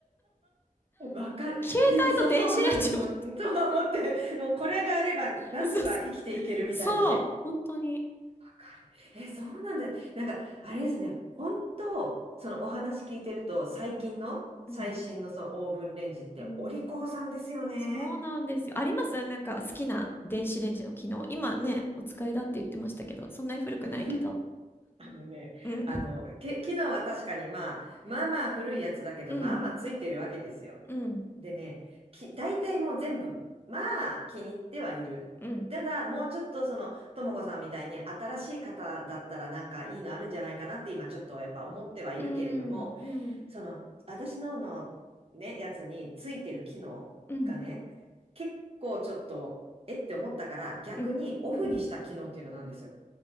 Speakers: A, on the right; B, on the left.
A: わかる。
B: 携帯と電子レンジも
A: でも、そう、そうなるの、とは思って、もうこれがあれば、なんとか生きていけるみたいなね。
B: <laughs> 嘘嘘そう、本当に。
A: わかる。え、そうなんだ。なんか、あれですね。本当、そのお話聞いてると、最近の、
B: うん
A: 最新のそのオーブンレンジって、
B: うん、うん
A: お利口さんですよね。
B: そうなんですよ。ありますなんか好きな電子レンジの機能。今ね、お使いだって言ってましたけど、そんなに古くないけど。
A: <laughs> うんあのね、
B: うん
A: あの、け、機能は確かにまあ、まあまあ古いやつだけど、
B: うん、
A: まあまあついてるわけですよ。
B: うん、
A: でね、き、大体もう全部、まあ気に入ってはいる。
B: うん、
A: ただ、もうちょっとその、ともこさんみたいに新しい方だったらなんかいいのあるんじゃないかなって今ちょっとやっぱ思ってはいるけれども、
B: うん、うん、うん、
A: その、私ののね、やつについてる機能がね、
B: うん、
A: 結構ちょっと、えって思ったから、逆にオフにした機能っていうのがあるんですよ。
B: うん。<laughs>